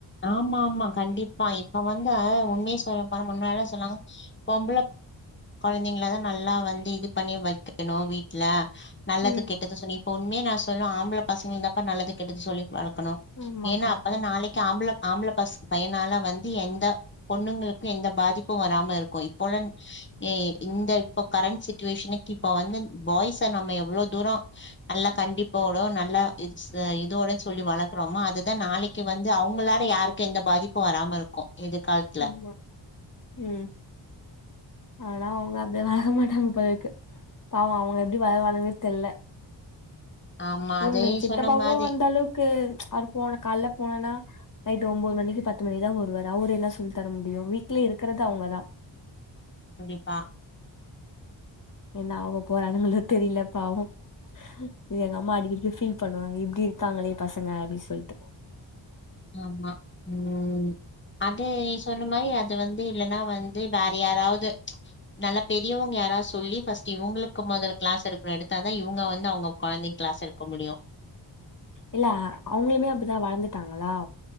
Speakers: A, on the left; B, on the left.
A: ஆமா ஆமா கண்டிப்பா இப்ப வந்த உண்மய சொல்லப் போனா முன்னாளல்லா சொன்னாங்க பொம்பளப் கொழந்தைங்களதா நல்லா வந்து இது பண்ணி வக்கணு வீட் ல நல்லது
B: ம்
A: கெட்டது சொன்னி இப்ப உண்மய நா சொல்ன்னு ஆம்பள பசங்களதாப்ப நல்லது கெட்டது சொல்லி வளக் கணு
B: ஆமாக்கா
A: ஏன்னா அப்பதா நாளைக்கி ஆம்பள ஆம்பள பச பையனால வந்து எந்த பொண்ணுங்களுக்கு எந்த பாதிப்பு வராம இருக்கு இப்ப உள்ள ஏ இந்த இப்ப கரண்ட் சிச்சுவேஷனுக்கு இப்ப வந்து பாய்ஸ நம்ம எவ்ளோ தூரோ நல்லா கண்டிப்போட நல்லா இ இதோடன்னு சொல்லி வளக்குறோமோ அதுதா நாளைக்கி வந்து அவுங்களால யாருக்கு எந்த பாதிப்பு வராம இருக்கு எதிர்கால
B: ஆமா ம் ஆனா அவுங்க அப்டில்லா வளக்க மாட்டாங்க போலருக்கு பாவோ அவங்க எப்டி வளர்வாங்கன்னே தெரில
A: ஆமா
B: ம்
A: அதே
B: எங்க சித்தப்பாவு
A: சொன்ன மாரி
B: அந்த அளவுக்கு அவரு போனா கால்ல போனனா நைட் ஒம்பது மணிக்கி பத்து மணிக்கிதா வருவாரு அவரு என்ன சொல்லி தர முடியு வீட்லயே இருக்குறது அவுங்கதா
A: கண்டிப்பா
B: என்ன ஆக போறானுங்களோ தெரில பாவோ இது எங்க அம்மா அடிக்கடிக்கி ஃபீல் பண்ணுவாங்க இப்டி இருக்காங்களே பசங்க அப்டி சொல்லிட்டு
A: ஆமா ம் அது நீ சொன்ன மாரி அது வந்து இல்லன்னா வந்து வேற யாராவது நல்ல பெரியவங்க யாராது சொல்லி ஃபர்ஸ் இவுங்களுக்கு மொதல்ல க்ளாஸ் எடுக்கனு எடுத்தா தா இவுங்க வந்து அவுங்க கொழந்தைக்கு க்ளாஸ் எடுக்க முடியு
B: இல்ல அவுங்களுமே அப்டிதா வளந்துட்டாங்களா